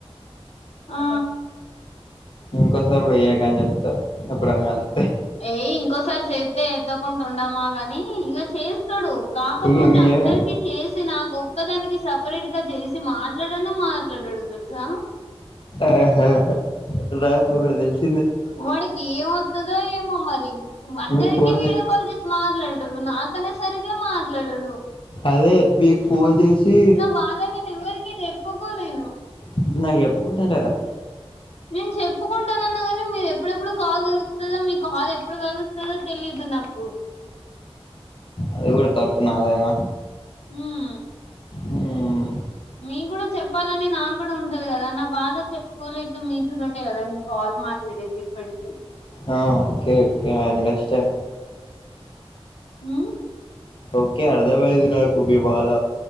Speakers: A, on the left (about 80°); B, on the left (about 55°).
A: ఆ
B: ఇంకోసారి కూడా చెయ్యాకని చెప్తా ఎప్పుడైన కల్తే
A: ఏయ్ ఇంకోసారి చేత్తే ఎత్తకుండా ఉండమా గాని ఇక చేస్తడు కాకపోతే
B: ఇగ మేము
A: అందరికీ చేస్ సి నాకు ఒక్కదానికి సపరేట్ గా చేసి మాట్లాడన మాట్లాడడు తెల్సా
B: ఆహ నాకొకడ తెలుస్
A: వాడికి ఏమత్తదో ఏమో మరి అందరికి
B: మీకు ఫోన్
A: వీడియో కాల్ చేసి మాట్లాడ తడు నాతోనే సరిగ్గా మాట్లాడడు
B: అదే మీకు ఫోన్ చేసి
A: నా బాధ ఎవరికి చెప్పుకోలేను
B: ఇప్పుడ్ నాక్ చెప్పకుంటాళ్ళుగా
A: నేన్ చెప్పుకుం టనన్నాగాని మీరు ఎప్పుడెప్పుడు కాల్ కలుస్తద మీ కాల్ ఎప్పుడు కలుస్తదో తెలియదు నాకు
B: అది కూడా తప్పు నాదేనా
A: ఉమ్
B: మ్మ్
A: మీం గుడా చెప్పాలని నాకు కూడా ఉంటది కదా నా బాధ చెప్పుకోలేక మీతోతోటే కదా నేన్ కాల్ మాట్లాడేది ఎప్పడికిీ
B: అ ఒకే okay I understand
A: um
B: okay అర్థం అయింది నాకు మీ బాధ